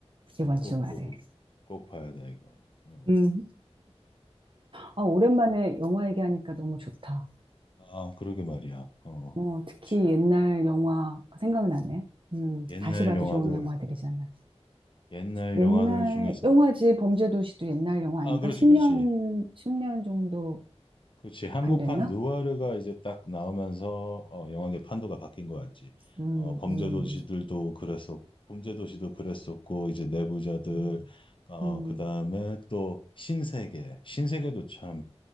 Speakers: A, on the left (about 50°); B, on the right (about 50°).
A: 어,
B: 이번 주말에.
A: 꼭 보길 꼭 봐야 돼 이거 어.
B: 음. 아, 오랜만에 영화 얘기하니까 너무 좋다.
A: 아 그러게 말이야 어.
B: 어, 특히
A: 치,
B: 옛날 영화 생각나네. 음,
A: 옛날
B: 다시 봐도
A: 영화들
B: 좋은 영화들이잖아.
A: 옛날
B: 옛날
A: 영화들 중에서
B: 영화지 범죄도시도 옛날 영화
A: 아
B: 아닌가?
A: 그렇지
B: 10년,
A: 그렇지
B: 십년 정도
A: 그렇지 한국판
B: 안 됐나?
A: 누아르가 이제 딱 나오면서 어, 영화의 판도가 바뀐 거 같지
B: 음,
A: 어, 범죄도시들도
B: 음,
A: 그랬었 범죄도시도 그랬었고 이제 내부자들
B: 음,
A: 어,
B: 음.
A: 그다음에 또 신세계 신세계도 참